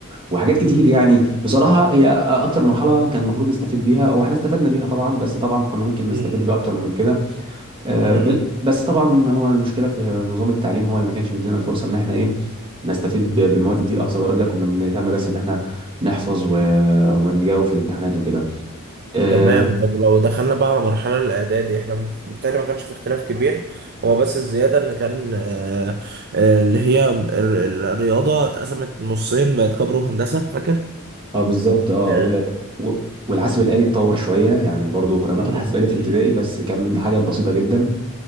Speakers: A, on the right (about 25°); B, on the right (about 50°).
A: وحاجات كتير
B: مم.
A: يعني بصراحة هي اكتر مرحلة كان المفروض نستفيد بيها واحنا استفدنا بيها طبعا بس طبعا كنا ممكن نستفيد
B: مم.
A: بيها اكتر من كده آه،
B: مم.
A: بل- بس طبعا هو المشكله في نظام التعليم هو اللي ما كانش بيدينا الفرصه ان احنا ايه نستفيد ب- بالمواد دي لاقصى درجه كنا بنهتم بس ان احنا نحفظ و... ونجاوب في الامتحانات وكده اه
B: تمام طب لو دخلنا بقى على مرحلة الإعدادي إحنا بالتالي ما كانش في اختلاف كبير هو بس الزيادة إن كان آه، آه، اللي هي الر- الرياضة اتقسمت نصين بقت كبر وهندسة فاكر؟
A: آه، بالظبط اه
B: آه.
A: و... و... والحاسب الآلي اتطور شويه يعني برضو كنا بناخد
B: مم.
A: حاسب آلي في الابتدائي
B: مم.
A: بس كان حاجات بسيطه جدا